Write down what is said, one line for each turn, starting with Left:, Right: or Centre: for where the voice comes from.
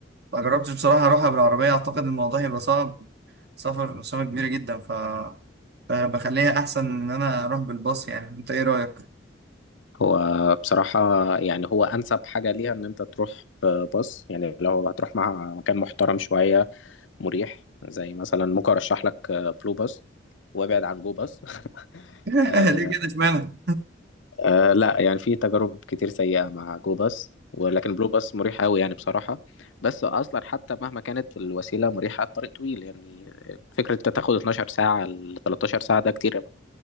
Right: ما جربتش بصراحة أروحها بالعربية أعتقد الموضوع هيبقى صعب سفر مسافة كبيرة جدا ف فبخليها أحسن إن أنا أروح بالباص يعني أنت إيه رأيك؟
Left: هو بصراحة يعني هو أنسب حاجة ليها إن أنت تروح باص يعني لو هتروح مع مكان محترم شوية مريح زي مثلا ممكن ارشح لك بلو باس وابعد عن جو باس <laughs>
Right: <laughs>
Left: آه
Right: ليه كده إشمعنى؟
Left: آه لا يعني في تجارب كتير سيئة مع جو باس ولكن بلو باس مريح قوي يعني بصراحة بس اصلا حتى مهما كانت الوسيلة مريحة الطريق طويل يعني فكرة انت تاخد 12 ساعة ل 13 ساعة ده كتير